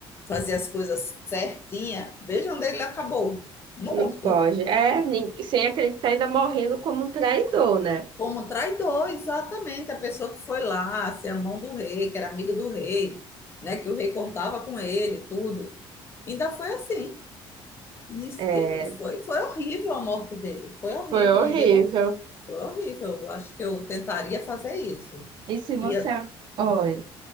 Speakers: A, on the left; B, on the right.
A: fazer as coisas certinha, veja onde ele acabou, morto.
B: Não pode. É, nin- sem acreditar, ainda morrendo como um traidor, né?
A: Como traidor, exatamente, a pessoa que foi lá, ser a mão do rei, que era amigo do rei, né, que o rei contava com ele, tudo. Ainda foi assim. Diz
B: É,
A: que Foi, foi horrível a morte dele, foi horrível,
B: foi horrível.
A: não deu, foi horrível. Eu Acho que eu tentaria fazer isso.
B: E se
A: Ia,
B: você. Oi.